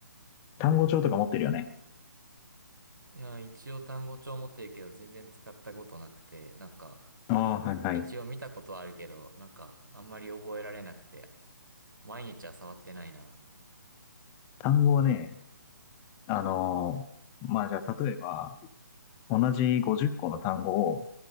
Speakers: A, on the left (about 20°); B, on the right (about 80°).
A: 単語帳とか持ってるよね。
B: いや、一応単語帳持ってるけど全然使ったことなくて、なんか、
A: ああ、はいはい。
B: 一応見たことはあるけど、なんかあんまり覚えられなくて、毎日は触ってないな。
A: 単語はね、あのーまあじゃあ例えば、同じ50個の単語を